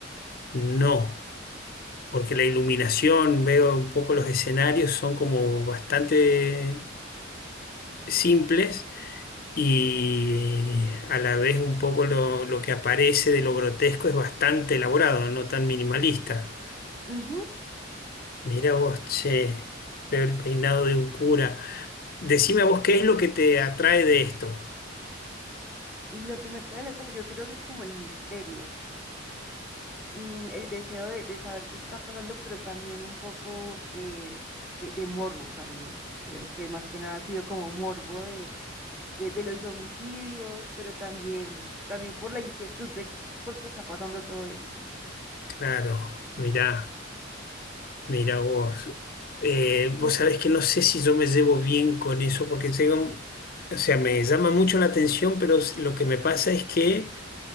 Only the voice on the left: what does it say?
no. Porque la iluminación, veo un poco los escenarios, son como bastante simples y a la vez un poco lo, lo que aparece de lo grotesco es bastante elaborado, no tan minimalista.
Mira vos, che, veo el peinado de un cura. Decime a vos qué es lo que te atrae de esto.
Claro, mirá, mirá vos. Eh,
vos
sabés que no sé si yo me llevo bien con eso porque llega, un- o sea, me llama mucho la atención, pero s- lo que me pasa es que